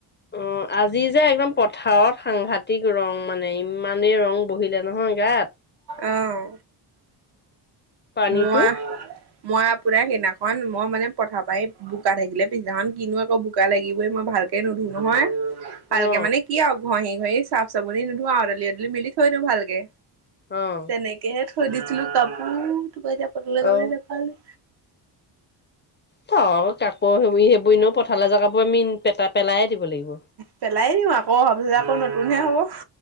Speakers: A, on the left; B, on the right.
A: অ', আজি যে একদম পথাৰত সাংঘাতিক ৰং মানে, ইমানেই ৰং বহিলে নহয় গাত।
B: উম,
A: পানীটো
B: মই আহ মই আপোনাৰ সেইদিনাখন, মই মানে পথাৰৰ পৰা এ বোকা থাকিলে পিছদিনাখন, কিনো আকৌ, বোকা লাগিবই। মই ভালকে এ নোধোও নহয়। ভালকে
A: অ
B: মানে কি আঔ ঘঁহি-ঘঁহি চাফ-চাবুনি নুধু আঔ এদালি-এদালি মেলি থৈ দিওঁ ভালকে।
A: অঁ
B: এনেকেহে থৈ দিছিলো কাপোৰ- কিপা যে পথালে যাবলে
A: অ
B: নেপালোঁ‌।
A: থ' কাকো সেবু সেইবোৰ নো পথাৰলে জেগাবোৰ মিন পেটা পেলায়ে দিব লাগিব।
B: পেলাই দিওঁ আক নহ‌লে আকৌ নতুনহে হ'ব।